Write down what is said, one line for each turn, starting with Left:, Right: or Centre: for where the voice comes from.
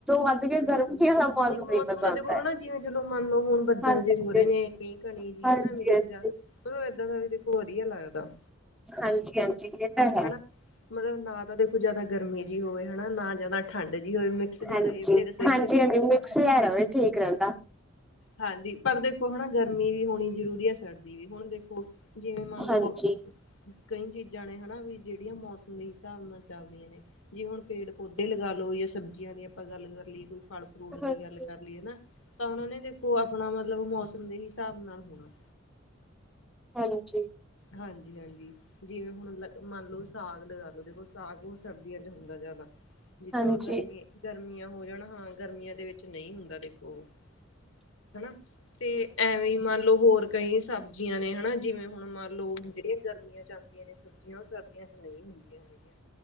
Centre: ਵੱਧ ਕੇ
Left: ਬਿਲਕੁਲ
Centre: ਗਰਮੀ
Left: ਨਹੀਂ
Centre: ਵਾਲਾ
Left: ਮੌਸਮ
Centre: ਪਸੰਦ
Left: ਦਾ ਦੇਖੋ
Centre: ਹੈ।
Left: ਹਨਾ ਜਿਵੇਂ ਚਲੋ ਮੰਨ ਲਓ ਹੁਣ ਬੱਦਲ
Centre: ਹਾਂਜੀ,
Left: ਜਿਹੇ ਹੋ ਰਹੇ ਨੇ ਮੀਹ ਕਣੀ ਜੀ
Centre: ਹਾਂਜੀ,
Left: ਹਨਾ ਮਚ
Centre: ਹਾਂਜੀ,
Left: ਜਾ ਮਤਲਬ ਏਦਾਂ ਦਾ ਵੀ ਦੇਖੋ ਵਧੀਆ ਲੱਗਦਾ।
Centre: ਹਾਂਜੀ ਹਾਂਜੀ ਤਾਂ ਹੈ
Left: ਹਨਾ ਮਤਲਬ ਨਾ ਤਾਂ ਦੇਖੋ ਜਿਆਦਾ ਗਰਮੀ ਜਿਹੀ ਹੋਵੇ ਹਨਾ ਨਾ ਜਿਆਦਾ ਠੰਡ ਜਿ ਹੋਵੇ। ਮਿਕਸ ਜਿਹਾ
Centre: ਹਾਂਜੀ
Left: ਰਹੇ ਫੇਰ ਸਹੀ
Centre: ਹਾਂਜੀ
Left: ਚੱਲੀ
Centre: ਹਾਂਜੀ
Left: ਜਾਂਦਾ।
Centre: ਮਿਕਸ ਜਿਹਾ ਰਵੇ ਠੀਕ ਰਹਿੰਦਾ।
Left: ਹਾਂਜੀ ਪਰ ਦੇਖੋ ਹਾ ਗਰਮੀ ਵੀ ਹੋਣੀ ਜ਼ਰੂਰੀ ਹੈ ਸਰਦੀ ਵੀ ਹੁਣ ਦੇਖੋ। ਜਿਵੇਂ ਮੰਨ
Centre: ਹਾਂਜੀ।
Left: ਲਓ ਕਈ ਚੀਜ਼ਾਂ ਨੇ ਹਨਾ ਵੀ ਜਿਹੜੀਆਂ ਮੌਸਮ ਦੇ ਹਿਸਾਬ ਨਾਲ ਚੱਲਦੀਆਂ ਨੇ ਜੇ ਹੁਣ ਪੇੜ ਪੌਦੇ ਲਗਾ ਲਓ ਜਾਂ ਸਬਜ਼ੀਆਂ ਦੀ ਆਪਾਂ ਗੱਲ ਕਰ ਲਈਏ ਕੋਈ ਫਲ ਫਰੂਟ
Centre: ਹਾਂਜੀ,
Left: ਦੀ ਗੱਲ ਕਰ ਲਈਏ ਨਾ ਤਾਂ ਉਹਨਾਂ ਨੇ ਦੇਖੋ ਆਪਣਾ ਮਤਲਬ ਮੌਸਮ ਦੇ ਹਿਸਾਬ ਨਾਲ ਹੋਣਾ।
Centre: ਹਾਂਜੀ
Left: ਹਾਂਜੀ ਹਾਂਜੀ ਜਿਵੇਂ ਹੁਣ ਲ ਮੰਨ ਲਓ ਸਾਗ ਲਗਾ ਲਓ ਦੇਖੋ ਸਾਗ ਉਹ ਸਰਦੀਆਂ ਚ ਹੁੰਦਾ ਜ਼ਿਆਦਾ ਜਿੱਥੋਂ
Centre: ਹਾਂਜੀ।
Left: ਗਰਮੀ ਗਰਮੀਆਂ ਹੋ ਜਾਣ ਹਾਂ ਗਰਮੀਆਂ ਦੇ ਵਿੱਚ ਨਹੀਂ ਹੁੰਦਾ ਦੇਖੋ ਉਹ ਹਨਾ ਤੇ ਐਵੇਂ ਈ ਮੰਨ ਲਓ ਹੋਰ ਕਈ ਸਬਜ਼ੀਆਂ ਨੇ ਹਨਾ ਜਿਵੇਂ ਹੁਣ ਮੰਨ ਲਓ ਜਿਹੜੀਆਂ ਗਰਮੀਆਂ ਚ ਆਉਂਦੀਆਂ ਨੇ ਸਬਜ਼ੀਆਂ ਉਹ ਸਰਦੀਆਂ ਚ ਨਹੀਂ ਹੁੰਦੀਆਂ ਹੈਗੀਆਂ